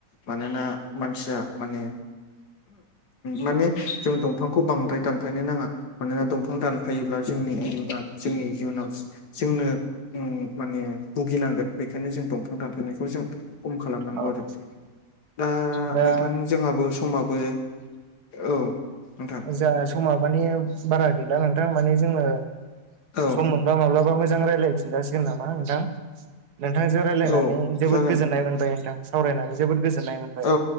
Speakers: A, on the left (about 85°); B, on the right (about 75°).
A: मानोना मानसिया माने माने जों दंफांखौ बांद्राय दानफायनो नांङा। मानोना दंफां दानफायोब्ला जोंनि इया जोंनि इयुनाव जोंनो माने भुगिनांगोन बेखायनो जों दंफां दानफेरनायखौ जों खम खालामनांगौ
B: औ
A: आरोखि
B: औ
A: दा
B: दा
A: नोंथां जोंहाबो समाबो औ नोंथां
B: जा समा माने बारा गैला नोंथां माने जोंङो
A: औ
B: सम मोनबा माब्लाबा मोजां रायजलाय फिनजासिगोन नामा नोंथां नोंथांजों रायजलायनानै
A: औ
B: जोबोद
A: जागोन
B: गोजोननाय मोनबाय नोंथां सावरायनानै जोबोद गोजोननाय मोनबाय
A: औ